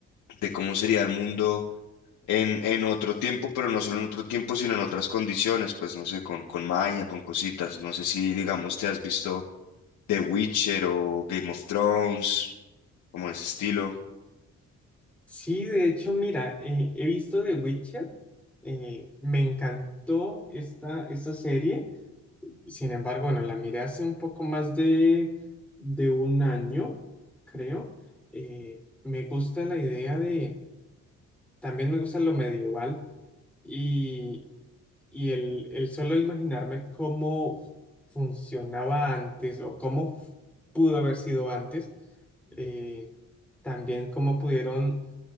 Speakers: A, on the left (about 75°); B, in the centre.
A: de cómo sería el mundo en, en otro tiempo, pero no solo en otro tiempo, sino en otras condiciones, pues no sé, con, con magia, con cositas. No sé si, digamos, te has visto The Witcher o Game of Thrones, como en ese estilo.
B: Sí, de hecho, mira, eh, he visto The Witcher, eh, me encantó esta, esta serie, sin embargo, bueno, la miré hace un poco más de, de un año, creo. Eh, me gusta la idea de, también me gusta lo medieval y, y el, el solo imaginarme cómo funcionaba antes o cómo pudo haber sido antes, eh, también cómo pudieron